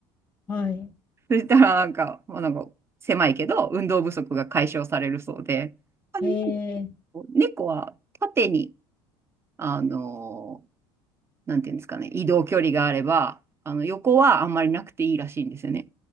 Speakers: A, on the left (about 15°); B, on the right (about 20°).
A: はい。
B: <laughs> そしたら、なんか、まあ、なんか、狭いけど、運動不足が解消されるそうで、あ
A: へえ、
B: 猫は縦に、あの、なんていうんですかね、移動距離があれば、あの、横はあんまりなくていいらしいんですよね。